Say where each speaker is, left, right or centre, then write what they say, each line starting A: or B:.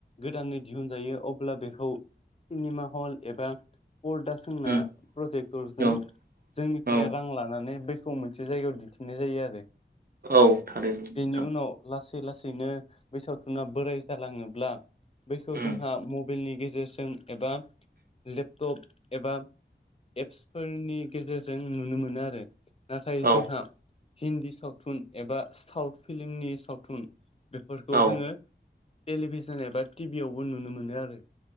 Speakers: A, on the left; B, on the right.
A: गोदानै दिहुनजायो अब्ला बेखौ सिनेमा हल एबा अर्दा सोंना
B: उम
A: प्रजेक्टरजों
B: औ
A: जोंनिफ्राय
B: औ
A: रां लानानै बे सम मोनसे जायगायाव दिन्थिनाय जायो आरो
B: औ थारै नोंथां
A: बेनि उनाव लासै लासैनो बे सावथुना बोराय जालाङोब्ला बैखौ
B: उम
A: जोंहा म मबाइलनि गेजेरजों एबा लेपटप एबा एप्सफोरनि गेजेरजों नुनो मोनो आरो नाथाय
B: औ
A: जोंहा हिन्दी सावथुन एबा साउथ फिलिमनि सावथुन बेफोरखौ
B: औ
A: जोङो टेलिभिसन एबा टिभियावबो नुनो मोनो आरो